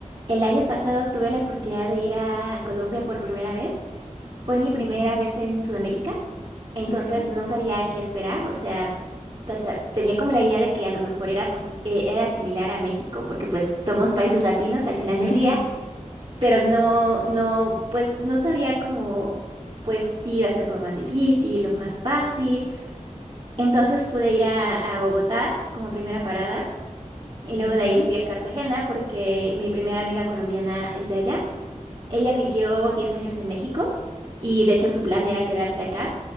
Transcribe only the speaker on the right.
El año pasado tuve la oportunidad de ir a Colombia por primera vez. Fue mi primera
vez en Sudamérica, entonces
no sabía qué esperar, o sea, pues, eh, tenía como la idea de que a lo mejor era, pues, eh, era similar a México, porque pues somos países latinos al final del
día, pero no, no, pues no sabía cómo, pues si iba a ser como más difícil o más fácil. Entonces pude ir a, a Bogotá como primera parada. Y
luego de ahí fui a Cartagena porque mi primera amiga colombiana es de allá. Ella vivió 10 años en México y de hecho su plan era quedarse acá,